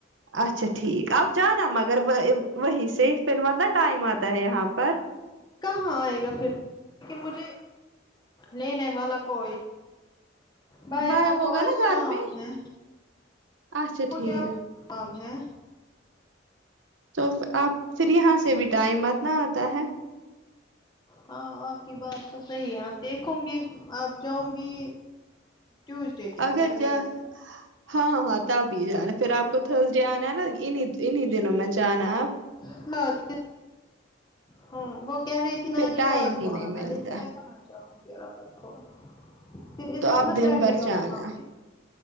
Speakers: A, on the right (about 75°); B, on the left (about 20°).
A: اچھا ٹھیک اب جانا مگر وے وہیں سے پھر مت نہ ٹائم آتا ہے یہاں پر
B: کہاں آئے گا پھر لیکن مجھے لینے والا کوئی بھیا
A: بایا
B: کو
A: ہوگا
B: آج
A: نا
B: کام
A: گھر پہ
B: ہے
A: اچھا
B: مجھے
A: ٹھیک
B: اب کام ہے
A: تو آپ پھر یہاں سے بھی ٹائم مت نا آتا ہے
B: ہاں آپ کی بات تو صحیح ہے اب دیکھوں گی اب جاؤں گی ٹیوزڈے کے
A: اگر
B: دن یا
A: جا
B: میں
A: ہاں ہاں تب ہی جانا پھر آپ کو تھرس ڈے آنا ہے نا ان ہی ان ہی دنوں میں جانا آپ
B: <inaudible> ہاں وہ کہہ رہی تھی
A: پھر
B: نانی
A: ٹائم
B: رات
A: ہی
B: کو
A: نہیں
B: آنا
A: ملتا
B: لیکن میں کہاں جاؤں گی رات کو پھر اذہار
A: تو آپ
B: مت
A: دن
B: بیٹھے
A: بھر
B: گا
A: جانا
B: وہاں پے